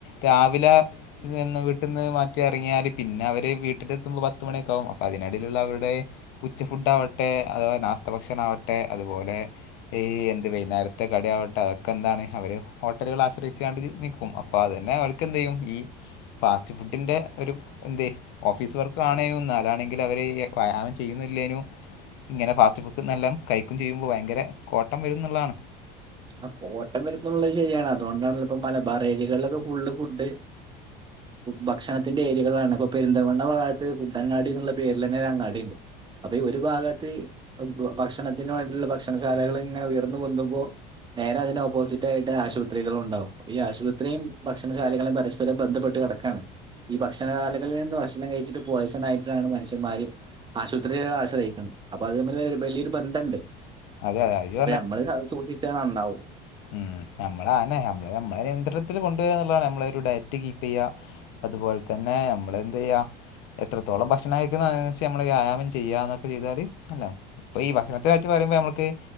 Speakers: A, on the left (about 65°); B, on the right (about 20°).
A: രാവില ക്ക്‌തെന്നും വീട്ടിന്ന് മാറ്റി എറങ്ങിയാൽ പിന്നെ അവര് വീട്ടിലത്തുമ്പോ പത്ത് മണിയൊക്കെ ആവും അപ്പോ അതിനിടയിലുള്ള അവരുടെ ഉച്ച ഫുഡ് ആവട്ടെ അതുപോലെ നാസ്ത ഭക്ഷണം ആവട്ടെ അതുപോലെ ഈ എന്ത് വൈന്നേരത്തെ കടി ആവട്ടെ അതൊക്കെ എന്താണ് അവര് ഹോട്ടലുകളെ ആശ്രയിച്ച്ങ്ങാണ്ട് നിക്കും അപ് അപ്പൊ അതന്നെ അവർക്കെന്തെയ്യും ഈ ഫാസ്റ്റ് ഫുഡിൻ്റെ ഒരു എന്ത് ഓഫീസ് വർക്കാണേനും ഇന്നാലാണെങ്കിൽ അവര് വ്യായാമം ചെയ്യുന്നില്ലേനു ഇങ്ങനെ ഫാസ്റ്റ് ഭുക്ക് നല്ല കയിക്കും ചെയ്യുമ്പോ ഭയങ്കര കോട്ടം വരും എന്നുള്ളതാണ്.
B: ആഹ് കോട്ടം വരുന്നുള്ളത് ശരിയാണ് അതുകൊണ്ടാണല്ല ഇപ്പോ മലബാർ ഏരിയകളിലൊക്കെ ഫുള്ള് ഫുഡ് ഭക്ഷണത്തിന്റെ ഏരിയകളാണ് അപ്പൊ പെരുന്തൽമണ്ണ ഭാഗത്ത് ഫുഡങ്ങാടി എന്നുള്ള പേരിലന്നെ ഒരു അങ്ങാടി ഇണ്ട്. അപ്പൊ ഈ ഒരു ഭാഗത്ത് ഭക്ഷണത്തിന് വേണ്ടിയുള്ള ഭക്ഷണശാലകള് ഇങ്ങനെ ഉയർന്നു പൊന്തുമ്പോൾ നേരെ അതിന്റെ ഓപ്പോസിറ്റായിട്ട് ആശുപത്രികളും ഉണ്ടാവും ഈ ആശുപത്രിയും ഭക്ഷണശാലകളും പരസ് പരം ബന്ധപ്പെട്ട് കെടക്കാണ് ഈ ഭക്ഷണ ശാലകളിന്ന് ഭക്ഷണം കഴിച്ചിട്ട് പോയസണായിട്ടാണ് മനുഷ്യന്മാര് ആശുപത്രിയെ ആശ്രയിക്കണ് അപ്പൊ അത് തമ്മില് ഒര് വലിയൊരു ബന്ധണ്ട്
A: അതെ അതെ അജു
B: അപ്പ ഞമ്മള് സൂക്ഷിച്ചാ നന്നാവും
A: ഉം നമ്മളാനെ നമ്മള് നമ്മളെ നിയന്ത്രണത്തിൽ കൊണ്ടുവരാന്നുള്ളതാണ് നമ്മളെ ഒരു ഡയറ്റ് കീപ്പെയ്യാ അതുപോലെ തന്നെ ഞമ്മളന്തെയ്യാ എത്രത്തോളം ഭക്ഷണം കഴിക്കുന്നത് അതിനനുസരിച്ച് നമ്മള് വ്യായാമം ചെയ്യ എന്നൊക്കെ ചെയ്താല് നല്ലതാ ഇപ്പൊ ഈ ഭക്ഷണത്തിനെ പറ്റു പറയുമ്പോ നമുക്ക്